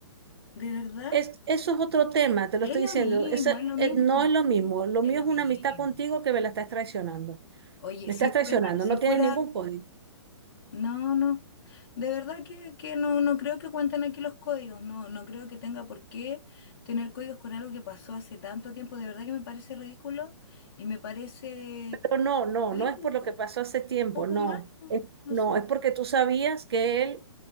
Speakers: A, on the left; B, on the right.
A: de verdad.
B: Es, eso es otro tema, te lo
A: Es
B: estoy
A: lo
B: diciendo.
A: mismo,
B: Ese,
A: es lo mismo,
B: eh, no es lo mismo. Lo
A: es
B: mío
A: lo
B: es
A: mismo.
B: una amistad contigo que me la estás traicionando.
A: Oye,
B: Me
A: si
B: estás
A: fuera,
B: traicionando.
A: si
B: No
A: fuera,
B: tienes ningún código.
A: no, no, de verdad que, que no, no creo que cuenten aquí los códigos, no, no creo que tenga por qué tener códigos con algo que pasó hace tanto tiempo, de verdad que me parece ridículo y me parece,
B: No, no, no,
A: digo,
B: no es por lo que pasó hace tiempo,
A: poco
B: no.
A: humano,
B: Es,
A: no
B: no,
A: sé.
B: es porque tú sabías que él